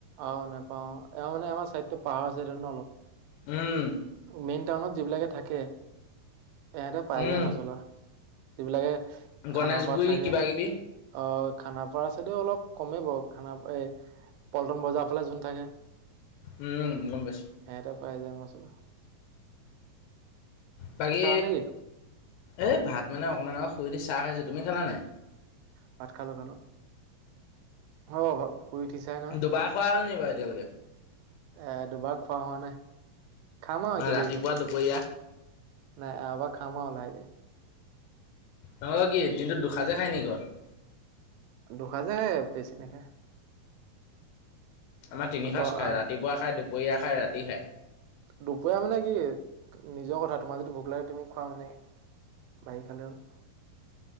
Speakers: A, on the right (about 85°); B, on the left (about 80°).
A: অ'হ নোপাও, এ মানে আমাৰ চাইডতো পাহাৰ আছে ন' অলপ।
B: উ'ম।
A: মেইন টাউনত যিবিলাকে থাকে- এহেতে পাই
B: উম
A: যায় মছলা। যিবিলাকে- খানাপাৰাত
B: গণেশগুৰি
A: থাকে
B: কিবা কিবি
A: অ', খানাপাৰা চাইদেও অলপ কমেই বাৰু খানাপ এই পল্টন বজাৰৰ ফালে যোন থাকে।
B: উমম! গম পাইছো।
A: সেহেতে পাই যায় মচলা
B: বাকী
A: নেকি?
B: এ ভাত মানে অকমান <unintelligible> শুই উঠি চাহ খাইচো, তুমি খালা নাই?
A: ভাত খালো খালো <unintelligible> শুই উঠিছাই নহ,
B: দুবাৰ খোৱা হ'ল নি বাৰু এতিয়ালৈকে?
A: এ দুবাৰ খোৱা হোৱা নাই খাম আৰু এতিয়া
B: ৰাতিপুৱা
A: দেৰিকে <unintelligible>
B: দুপৰীয়া
A: খাম আৰু লাহেকে
B: তোমালোকৰ কি দিনটোত দুসাঁজে খাই নেকি ঘৰত?
A: দুসাঁজে খায় বেছি নেখায়।
B: আমাৰ তিনি সাঁজ
A: দ
B: খাই
A: আঠ
B: ৰাতিপুৱা খাই <unintelligible> দুপৰীয়া খাই ৰাতি খাই।
A: দুপৰীয়া মানে কি নিজৰ কথা তোমাৰ যদি ভোক লাগে তুমি খোৱা, মানে বাঢ়ি খালে হ'ল।